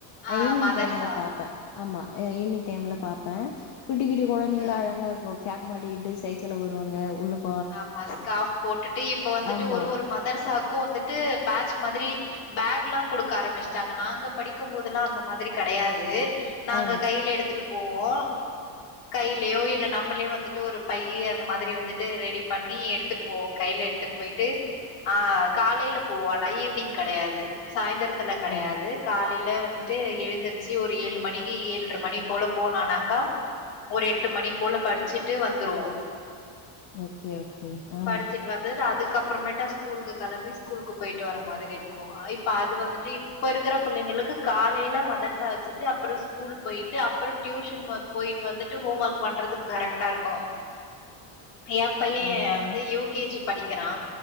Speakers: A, on the left; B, on the left.
A: நா
B: ஆ
A: ஈவினிங்
B: மதர்சா
A: டைம்ல பாப்ப ஆமா ஈவினிங் டைம்ல பாப்ப குட்டி குட்டி கொழந்தைங்களா
B: ம்.
A: அழகா இரு ஓ கேப் மாட்டிட்டு சைக்கிள்ல வருவாங்க உள்ளப்
B: ஆமா ஸ்காஃப் போட்டுட்டு இப்ப வந்துட்டு
A: ஆமா
B: ஒரு ஒரு மதர் சாக்கு வந்துட்டு பேட்ச் மாதிரி பேக்லா கொடுக்க ஆரம்பிஷ்டாங்க நாங்க படிக்கும் போதெல்லா அந்த மாதிரி கெடையாது நாங்க
A: ஆ
B: கையில எடுத் ட்டு போவோ கையிலயோ இல்ல நம்பளே வந்துட்டு ஒரு பையி அந்த மாதிரி வந்துட் ரெடி பண்ணி எடுத்துட்டு போவோ கையில எடுத்துட்டு போயிட்டு ஆ காலையில போவோ ஆனா ஈவினிங் கெடையாது சாய்ந்திரத்துல கெடையாது
A: ஆ
B: காலையில வந்துட்டு ஏழ்ந்துருச்சு ஒரு ஏழு மணிக்கு எல்ர மணி போல போனோனாக்கா ஒரு எட்டு மணி போல படிச்சிட்டு வந்துருவோ
A: ஓகே ஓகே ஆ
B: படிச்சிட்டு வந்துட்டு அதுக்கு அப்றமேட்டா ஸ் ஸ்கூலுக்கு களம்பி ஸ்கூலுக்கு போயிட்டு வர மாதிரி இருக்கு இப்ப அது வந்துட்டு இப்ப இருக்கிற புள்ளைங்களுக்கு காலையில மதர்சா வச்சிட்டு அப்பற ஸ்கூல் போயிட்டு அப்பற டியூஷன் போயிட்டு வந்துட்டு ஹோம் ஒர்க் பண்றது கரெக்டா இருக்கு எ பைய
A: பரவால்ல
B: வந்து யூகேஜி படிக்கிறா